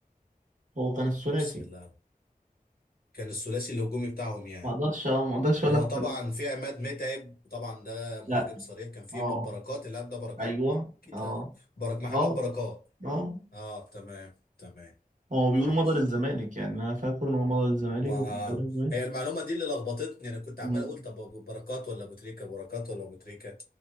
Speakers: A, on the right; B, on the left.
A: هو كان الثلاثي
B: بسم الله كان الثلاثي الهجومي بتاعهم يعني
A: ما اقدرش اه ما اقدرش اقول
B: هو
A: لك
B: طبعا في عماد متعب طبعا ده مهاجم
A: لا
B: صريح كان في
A: اه
B: بركات اللي قبل ده بركات
A: ايوه
B: اكيد
A: اه
B: لا برك محمد
A: اه
B: بركات
A: اه
B: اه تمام تمام
A: هو بيقولوا
B: ماشي
A: مضى للزمالك يعني انا فاكر ان هو مضى للزمالك
B: ما
A: وكنت عارف
B: آه.
A: إيه.
B: هي المعلومه دي اللي لخبطتني انا كنت عمال
A: أمم.
B: اقول طب أبو بركات ولا ابو تريكه بركات ولا ابو تريكه